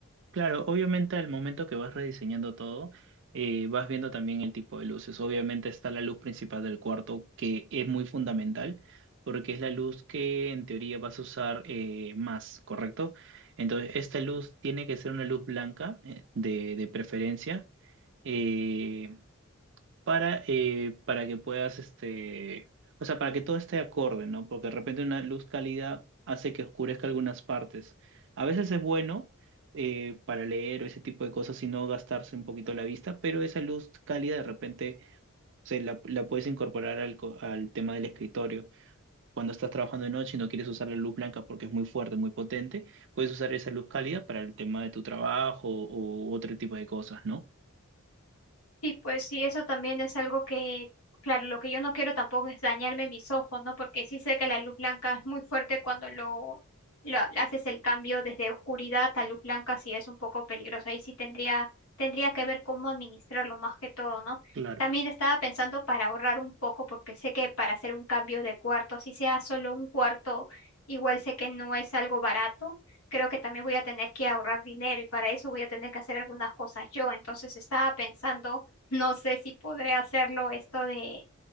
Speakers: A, on the right; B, on the left.
A: Claro, obviamente al momento que vas rediseñando todo, eh, vas viendo también el tipo de luces. Obviamente está la luz principal del cuarto, que es muy fundamental, porque es la luz que en teoría vas a usar eh, más, ¿correcto? Entonces, esta luz tiene que ser una luz blanca, eh, de, de preferencia. Eh, para, eh, para que puedas, este, o sea, para que todo esté acorde, ¿no? Porque de repente una luz cálida hace que oscurezca algunas partes. A veces es bueno eh, para leer o ese tipo de cosas y no gastarse un poquito la vista, pero esa luz cálida de repente se la, la puedes incorporar al, co- al tema del escritorio. Cuando estás trabajando de noche y no quieres usar la luz blanca porque es muy fuerte, muy potente, puedes usar esa luz cálida para el tema de tu trabajo o otro tipo de cosas, ¿no?
B: Sí, pues sí, eso también es algo que, claro, lo que yo no quiero tampoco es dañarme mis ojos, ¿no? Porque sí sé que la luz blanca es muy fuerte cuando lo, lo haces el cambio desde oscuridad a luz blanca, sí es un poco peligroso. Ahí sí tendría, tendría que ver cómo administrarlo más que todo, ¿no?
A: Claro.
B: También estaba pensando para ahorrar un poco, porque sé que para hacer un cambio de cuarto, si sea solo un cuarto, igual sé que no es algo barato creo que también voy a tener que ahorrar dinero y para eso voy a tener que hacer algunas cosas yo. Entonces estaba pensando no sé si podré hacerlo esto de,